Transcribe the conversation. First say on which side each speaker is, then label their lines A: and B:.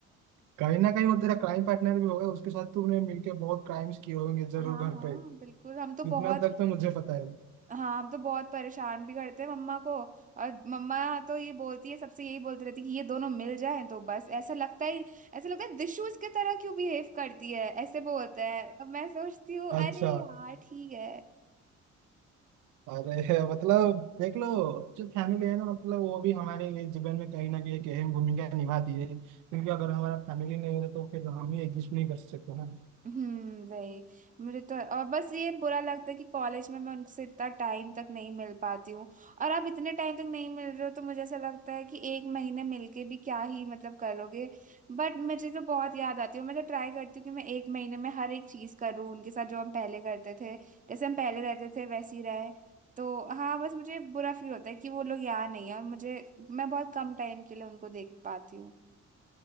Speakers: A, on the right; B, on the right.
A: कहीं ना कहीं वो तेरा क्राइम पार्टनर भी होगा उसके साथ तूने मिलके बहुत क्राइम्स किए होंगे
B: हाँ
A: जरूर घर
B: हाँ
A: पे
B: बिल्कुल हम तो बहुत
A: इतना तक तो मुझे पता है
B: हाँ हम तो बहुत परेशान भी करते हैं मम्मा को और मम्मा तो ये बोलती है सबसे यही बोलती रहती है कि ये दोनों मिल जाएं तो बस ऐसा लगता ही ऐसा लगता है दिशु इसके तरह क्यों बिहेव करती है ऐसे बोलता है अब मैं सोचती हूँ
A: <laughs> अच्छा
B: अरे यार ठीक है
A: अरे <laughs> मतलब देख लो जो फैमिली है ना मतलब वो भी हमारे ये जीवन में कहीं ना कहीं एक अहम भूमिका निभाती है क्योंकि अगर हमारा फैमिली नहीं होता तो फिर हम ही एग्जिस्ट नहीं कर सकते ना
B: हम्म वही मुझे तो और बस ये बुरा लगता है कि कॉलेज में मैं उनसे इतना टाइम तक नहीं मिल पाती हूँ और आप इतने टाइम तक नहीं मिल रहे हो तो मुझे ऐसा लगता है कि एक महीने मिलके भी क्या ही मतलब कर लोगे बट मुझे तो बहुत याद आती है मैं तो ट्राई करती हूँ कि मैं एक महीने में हर एक चीज करूँ उनके साथ जो हम पहले करते थे जैसे हम पहले रहते थे वैसे ही रहे तो हाँ बस मुझे बुरा फील होता है कि वो लोग यहाँ नहीं है और मुझे मैं बहुत कम टाइम के लिए उनको देख पाती हूँ